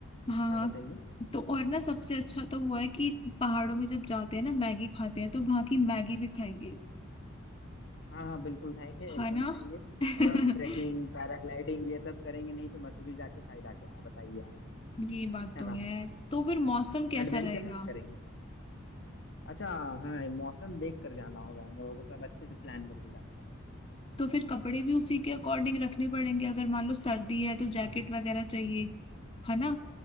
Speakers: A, on the left; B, on the left.
A: हाँ
B: हाँ बताइए
A: तो और ना सबसे अच्छा तो हुआ है कि पहाड़ों में जब जाते हैं ना मैगी खाते हैं तो वहां की मैगी भी खाएंगे
B: हाँ हाँ बिल्कुल खाएंगे
A: है
B: एकदम
A: ना
B: खाएंगे
A: <laughs>
B: और ट्रैकिंग पैराग्लाइडिंग ये सब करेंगे नहीं तो मसूरी जाके फायदा क्या है बताइए आप
A: ये बात
B: है
A: तो
B: ना
A: है तो फिर मौसम कैसा
B: एडवेंचरस
A: रहेगा
B: करेंगे अच्छा हाँ ये मौसम देख कर जाना होगा हम लोगों को सब अच्छे से प्लान करके जाना होगा
A: तो फिर कपड़े भी उसी के अकॉर्डिंग रखने पड़ेंगे अगर मान लो सर्दी है तो
B: हाँ
A: जैकेट वगैरह चाहिए है ना